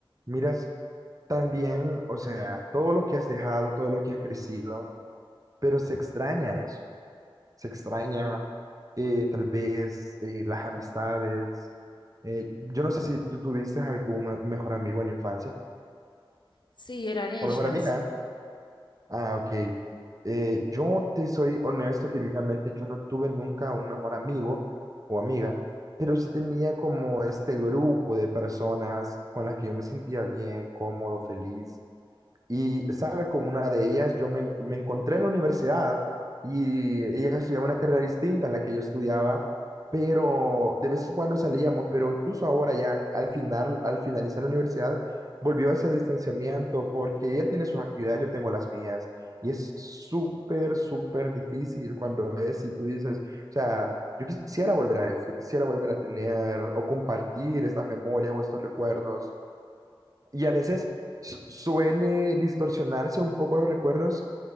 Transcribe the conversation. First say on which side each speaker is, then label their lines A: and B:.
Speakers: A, on the right (about 40°); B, on the left (about 55°).
A: miras también, o sea, todo lo que has dejado, todo lo que has crecido, pero se extraña eso. Se extraña eh, tal vez eh, las amistades. Eh, yo no sé si tú tuviste algún eh, mejor amigo en la infancia
B: Sí, eran ellas.
A: o mejor amiga. Ah, ok. Eh, yo te soy honesto, genuinamente, yo no tuve nunca un mejor amigo o amiga, pero sí tenía como este grupo de personas con las que yo me sentía bien, cómodo, feliz. Y, ¿sabes? Con una de ellas yo me, me encontré en la universidad y ella estudiaba una carrera distinta a la que yo estudiaba, pero de vez en cuando salíamos, pero incluso ahora ya al final, al finalizar la universidad, volvió a ese distanciamiento porque ella tiene sus actividades, yo tengo las mías. Y es súper, súper difícil cuando ves y tú dices, o sea, yo quisiera volver a eso, yo quisiera volver a tener o compartir estas memorias o estos recuerdos y a veces su- suele distorsionarse un poco los recuerdos